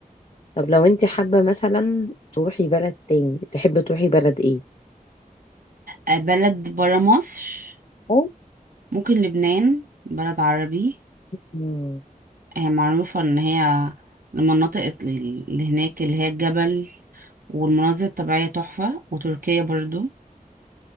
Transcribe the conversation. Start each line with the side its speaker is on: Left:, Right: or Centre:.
Left: طب لو أنت حابة مثلا تروحي بلد تاني تحبي تروحي بلد إيه؟
Right: آه، بلد برا مصر
Left: أو
Right: ممكن لبنان بلد عربي
Left: مم.
Right: هي معروفه ان هي المناطق اللي هناك اللي هي الجبل والمناظر الطبيعيه تحفه وتركيا برضو